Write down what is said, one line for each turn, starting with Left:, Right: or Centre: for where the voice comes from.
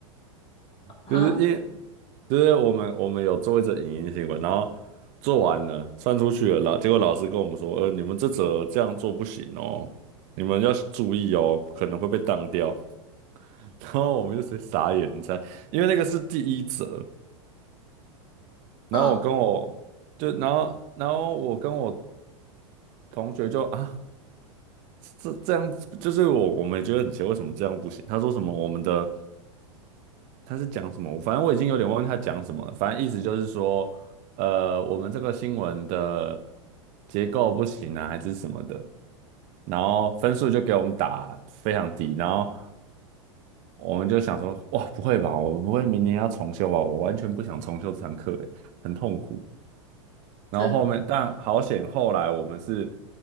Left: <laughs> 啊，
Right: 就是因为就是我们我们有做一则影音新闻，然后做完了算出去了，老结果老师跟我们说，呃，你们这则这样做不行哦，你们要注意哦，可能会被当掉。<laughs> 然后我们就直接傻眼，你猜，因为那个是第一则，然后我跟我就然后然后我跟我
Left: 哦，
Right: 同学就啊，这这样子就是我我们也觉得很奇怪，为什么这样不行？他说什么我们的。他是讲什么？反正我已经有点忘记他讲什么了反正意思就是说，呃，我们这个新闻的结构不行啊，还是什么的，然后分数就给我们打非常低，然后我们就想说，哇，不会吧，我不会明年要重修吧？我完全不想重修这堂课，欸很痛。然后后面，
Left: 真，
Right: 但好险，后来我们是